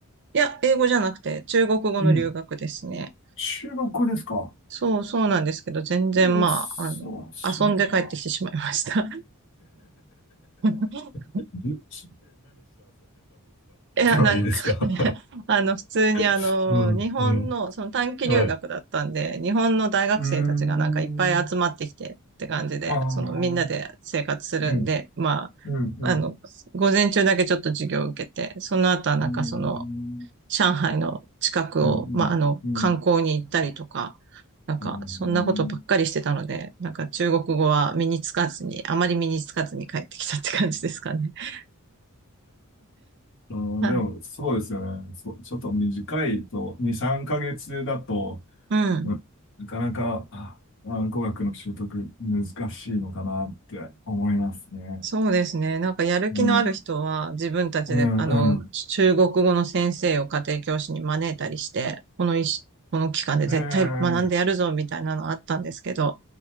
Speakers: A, on the right (about 55°); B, on the left (about 60°).
A: いや、英語じゃなくて中国語の留学ですね。
B: うん。中国語ですか
A: そう、そうなんですけど、全然まあ、
B: うっそ、
A: あの、
B: すごいな。
A: 遊んで帰ってきてしまいました。<laughs>
B: で
A: いや、なんかね、
B: ですか
A: あの、普通にあの、
B: <laughs> うん、
A: 日本の、
B: うん。
A: その短期留学だったんで、
B: はい。
A: 日本の大学生たちがなんかいっぱい集まってきてって感じで、
B: うーん。ああ、うん、
A: そのみんなで生活するんで、
B: うん、
A: ま
B: うん、
A: あ、あの、午前中だけちょっと授業を受けて、その後はなんかその、
B: うーん、
A: 上海の近くを、
B: うん、
A: まあ、あの、
B: うん、うん。
A: 観光に行ったりとか、なんか、
B: うん
A: そんなことばっかりしてたので、なんか中国語は身につかずに、あまり身につかずに帰ってきたって感じですかね。<laughs>
B: あーでも、
A: はい。
B: そうですよね。そう、ちょっと短いと、2、3ヶ月だと、
A: うん。
B: うんなかなか、あ、あ語学の習得難しいのかなって思いますね。
A: そうですね。なんかやる気のある人は自分たちで、
B: うん、うん、
A: あの、
B: うん。
A: 中国語の先生を家庭教師に招いたりして、この一この期間で絶対学んでやるぞみたいなのあったんですけど、
B: ええ、